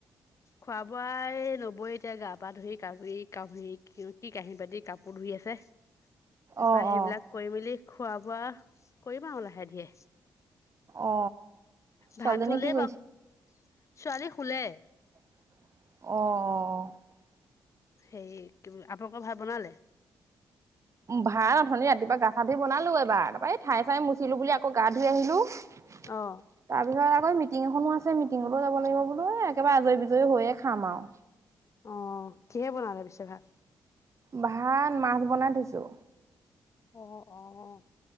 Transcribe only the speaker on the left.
খোৱা বোৱাই নবই এতিয়া গা পা ধুৰি কৰি কৰি কি কাঁহী বাটি কাপোৰ ধৰি। আছে। তাৰাপা
সেইবিলাক
কৰি মেলি খোৱা বোৱা কৰিম আৰু আৰু লাহে ধিয়ে।
ভাত হলেই
বাৰু ছোৱালী শুলে।
সেই কি আপোনালোক ভাত বনালে।
অ
অ কিহে বনালে পিছে ভাত?
অ অহ।